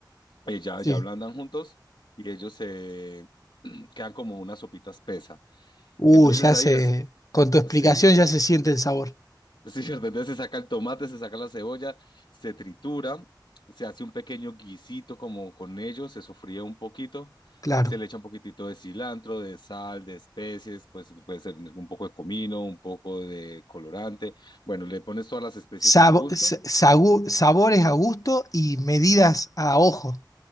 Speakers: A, on the left; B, on the left.
A: eh, ya,
B: Sí.
A: ya ablandan juntos y ellos se <clears throat> quedan como una sopita espesa.
B: Uh,
A: Entonces
B: ya
A: ahí
B: se.
A: es,
B: Con tu explicación
A: sí,
B: ya se siente el sabor.
A: Sí, ¿cierto? Entonces se saca el tomate, se saca la cebolla, se tritura, se hace un pequeño guisito como con ello, se sofría un poquito,
B: Claro.
A: se le echa un poquitito de cilantro, de sal, de especies, pues puede ser un poco de comino, un poco de colorante. Bueno, le pones todas las especies
B: Sabo-
A: al gusto
B: sa- sagu- sabores a gusto y medidas a ojo.